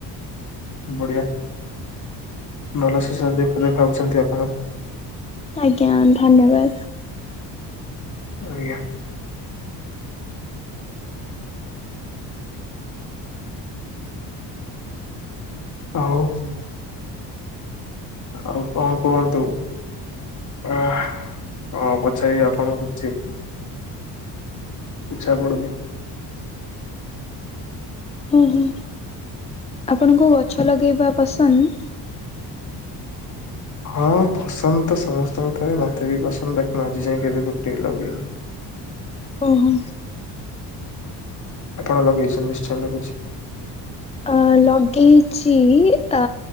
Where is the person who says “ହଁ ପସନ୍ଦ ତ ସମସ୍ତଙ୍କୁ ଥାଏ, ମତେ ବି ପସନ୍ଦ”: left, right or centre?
Left